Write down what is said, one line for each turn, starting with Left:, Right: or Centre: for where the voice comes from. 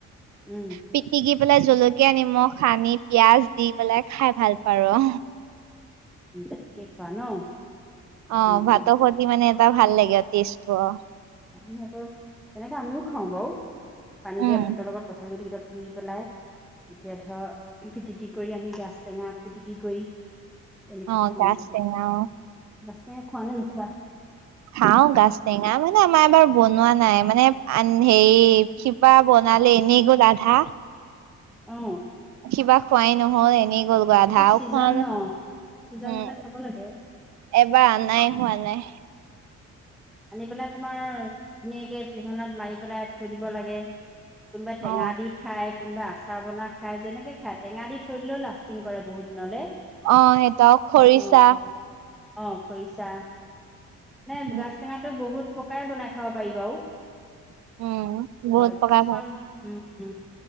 Centre: উম।
Right: পিটিকি পেলাই, জলকীয়া নিমখ সানি পিয়াজ দি পেলাই খাই ভাল পাৰোঁ
Centre: তেনেকে খোৱা ন?
Right: অ',
Centre: উম,
Right: ভাতৰ
Centre: উম,
Right: খতি মানে এটা ভাল লাগে টেষ্টটো, অ'
Centre: আমি আকৌ তেনেকে আমিও খাওঁ বাৰু, পানী
Right: উম
Centre: দিয়া ভাতৰ লগত কঠাঁল গুটি কেইটা পুই পেলাই, এতিয়া ধৰ পিটিকি কৰি আমি গাছ টেঙা, পিটিকি কৰি তেনেকে
Right: অ
Centre: খাওঁ,
Right: গাজ টেঙা অ
Centre: গাজ টেঙা খোৱা নে নোখোৱা?
Right: খাওঁ গাছ টেঙা, মানে আমাৰ এবাৰ বনোৱা নাই মানে, আ হেৰি কিবা বনালে, এনেই গ'ল আধা
Centre: অ'।
Right: সিবা খোৱাই ন'হল এনেই গ'ল।
Centre: সেইটো
Right: ধাও
Centre: ছিজন
Right: খোৱা ন,
Centre: ছিজন
Right: উম,
Centre: মতে খাব লাগে
Right: এবাৰ আনাই
Centre: উম,
Right: হোৱা নাই।
Centre: আনি পেলাই তোমাৰ ধুনীয়াকে পিহনাত মাৰি পেলাই থৈ দিব লাগে। কোনোবা টেঙা
Right: অ
Centre: দি খাই কোনোবা আচাৰ বনাই খাই, যেনেকে খায় টেঙা দি থৈ দিলেও লাষ্টিং কৰে বহুত দিনলৈ।
Right: অ সেইটো খৰিচা
Centre: অ', অ', খৰিচা নে
Right: উম
Centre: গাছ তো বহুত পকাই বনাই খাব পাৰি বাৰু
Right: উম
Centre: সটো
Right: বহুত
Centre: হয়,
Right: প্ৰকাৰ
Centre: কিছুমান, উম, উম,